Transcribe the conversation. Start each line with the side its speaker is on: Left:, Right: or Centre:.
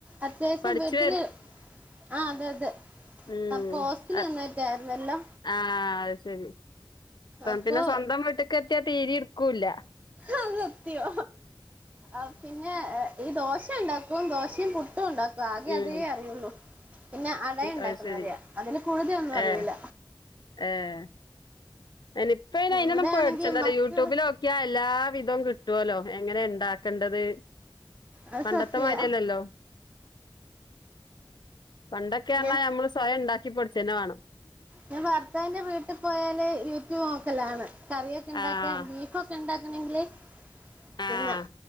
Right: അത്യാവശ്യം
Left: പഠിച്ചു
Right: വീട്ടില് ആ അതെ അതെ
Left: ഉം-അ-ആഹ്
Right: അപ്പൊ ഹോസ്റ്റല് നിന്നിട്ടായിരുന്നല്ലോ
Left: ശരി
Right: അപ്പൊ
Left: പിന്നെ സ്വന്തം വീട്ടക്കെത്തിയാ തീര്യെടുക്കൂല്ല
Right: അത് സത്യാ ആ പിന്നെ ഈ ദോശയുണ്ടാക്കും ദോശയും പുട്ടും ഉണ്ടാക്കും ഇപ്പാകെ
Left: ഉം
Right: അതേ അറിയുള്ളൂ പിന്നെ അടയുണ്ടാക്കുന്നറിയാം
Left: അത് ശരി
Right: അതിൽ കൂടുതലൊന്നും അറിയുല്ല
Left: ഏഹ് ഏഹ് ഇനിപ്പ അയിനൊന്നും
Right: ഇവിടെ
Left: പേഠിച്ചണ്ടല്ലോ
Right: ആണെങ്കി മക്കള്
Left: യൂട്യൂബിലോക്കിയാ എല്ലാ വിധവും കിട്ടുവല്ലോ എങ്ങനെയാണ്ടാക്ക ക്കണ്ടത്
Right: അത്
Left: പണ്ടത്തെമാരിയല്ലല്ലോ
Right: സത്യ
Left: പണ്ടൊക്കെയാന്നാ
Right: ഞാൻ
Left: നമ്മള് സ്വയം ഉണ്ടാക്കി പടിച്ചേന്നെ വേണം
Right: ഞാൻ ഭർത്താവിന്റെ വീട്ടിപ്പോയാല് യൂട്യൂബ് നോക്കലാണ് കറിയൊക്കെണ്ടാക്കാൻ
Left: ആഹ്
Right: ബീഫൊക്കെണ്ടാക്കണെങ്കില് പിന്ന
Left: ആഹ്